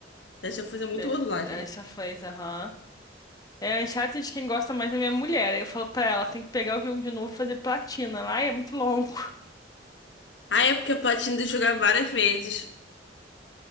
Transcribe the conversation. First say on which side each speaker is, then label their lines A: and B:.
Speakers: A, on the left (about 80°); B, on the left (about 20°).
A: The Last of Us é muito
B: The
A: boa dublagem.
B: The Last of Us, aham. É Uncharted de quem gosta mais é minha mulher. Aí eu falo pra ela, tem que pegar o jogo de novo e fazer platina. Lá é muito longo. <laughs>
A: Ah, é porque a platina de jogar várias vezes.